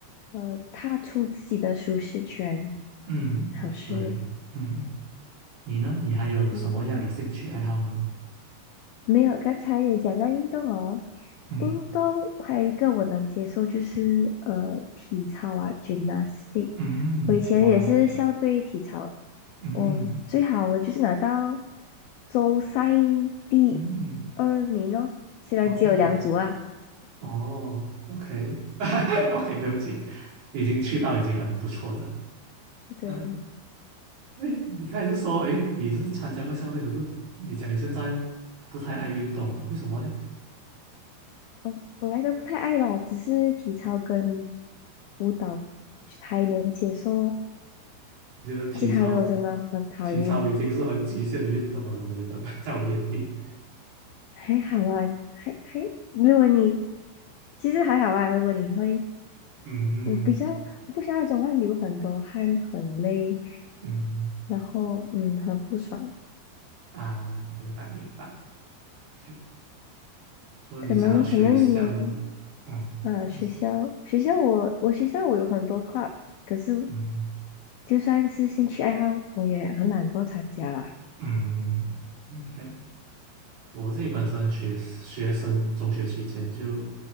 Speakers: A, on the left (about 80°); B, on the right (about 60°).
A: 呃踏出自己的舒适圈，
B: 嗯对嗯。
A: 好事。
B: 你呢？你还有什么样的兴趣爱好呢？
A: 我没有，刚才有讲到运动哦，
B: 嗯
A: 运动还有一个我能接受就是呃体操啊，gymnastic。
B: 嗯，
A: 我以前也是校队体操，
B: 哇，嗯
A: 嗯，最好的就是拿到州赛第二名哦，
B: 嗯，
A: 虽然只有两组啊。
B: 哦哦，OK <laughs> OK，对不起，已经去到已经很不错了。
A: 对，
B: 嗯，哎，你刚才是说，哎，你是参加过校队，可是你讲你现在不太爱运动啊？为什么呢？
A: 我本来都不太爱吧，只是体操跟舞蹈还能接受，
B: 我觉得体操，
A: 其他的我真的很讨厌。
B: 体操已经是很极限的运动了，我觉得 <laughs>，在我眼里，
A: 还好啊，还还，如果你其实还好啊，如果你会，
B: 嗯
A: 你比较不像那种会流很多汗、很累，
B: 嗯
A: 然后嗯很不爽。
B: 啊，明白明白。OK 说你讲到学校，
A: 可能可能你们
B: 嗯，
A: 呃学校学校我我学校我有很多课，
B: 你
A: 可是
B: 嗯
A: 就算是兴趣爱好，我也很懒惰参加啊。
B: 嗯，OK，我自己本身学学生中学期间就